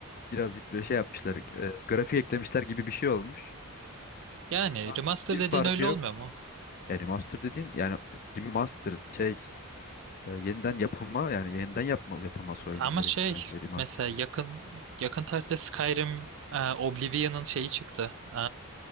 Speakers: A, on the left; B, on the right.
A: birazcık böyle şey yapmışlar. e, grafik eklemişler gibi bir şey olmuş.
B: Yani
A: Aslında
B: remaster
A: Hiçbir
B: dediğin
A: farkı
B: öyle
A: yok.
B: olmuyor mu?
A: Yani remaster dediğin yani remastered şey e, yeniden yapılma yani yeniden yapmalı yapılması oyunun
B: Ama
A: gerekir
B: şey
A: bence remaster'da.
B: mesela yakın yakın tarihte Skyrim e, Oblivion'ın şeyi çıktı. E,